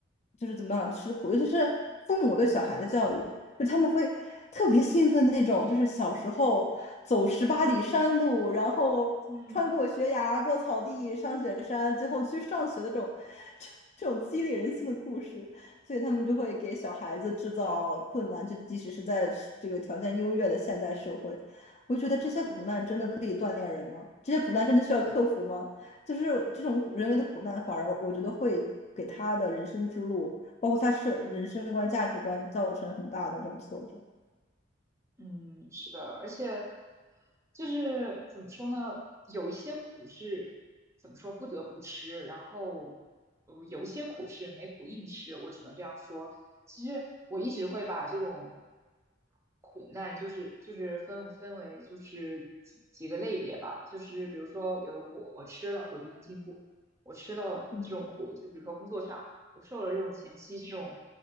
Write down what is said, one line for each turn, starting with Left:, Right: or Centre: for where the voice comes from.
Left: 就是怎么样吃苦，尤其是父母对小孩的教育，就他们会特别兴奋那种，就是小时候走十八里山路，然后穿过悬崖、
Right: 嗯
Left: 过草地、上雪山，最后去上学的这种 <laughs> 这种激励人心的故事。所以他们就会给小孩子制造困难，
Right: 嗯
Left: 就即使是在这个条件优越的现代社会，我觉得这些苦难真的可以锻炼人吗？
Right: 嗯
Left: 这些苦难真的需要克服吗？就是这种人为的苦难，反而我觉得会给他的人生之路，包括他是人生观、
Right: 嗯。
Left: 价值观，造成很大的这种挫折。
Right: 嗯，是的，而且就是怎么说呢，有一些苦是怎么说不得不吃，然后呃有一些苦是没苦硬吃，我只能这样说。其实我一直会把这种苦难，就是就是分分为就是几几个类别吧，就是比如说有的苦我吃了我就能进步，我吃了这种苦，
Left: 嗯
Right: 就比如说工作上我受了这种前期这种。